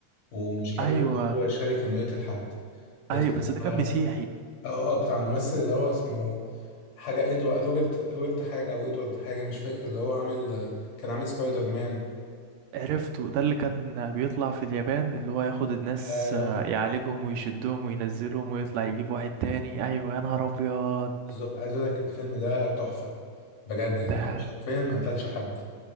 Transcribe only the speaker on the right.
ايوه
ايوه بس
ده كان مسيحي
عرفته ده اللي كان بيطلع في اليابان اللي هو ياخد الناس
آه، يعالجهم ويشدهم وينزلهم ويطلع يجيب واحد تاني ايوه يا نهار ابيض
ده